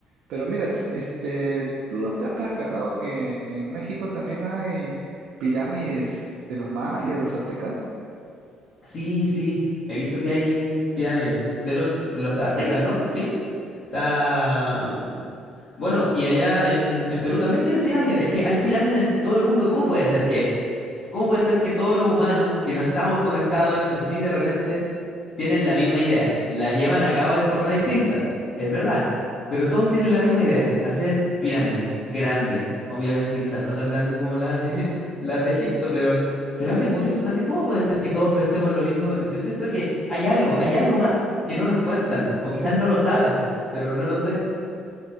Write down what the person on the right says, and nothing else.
Pero mira, es- este, tú te has percatado que en México también hay pirámides de los mayas, de los aztecas.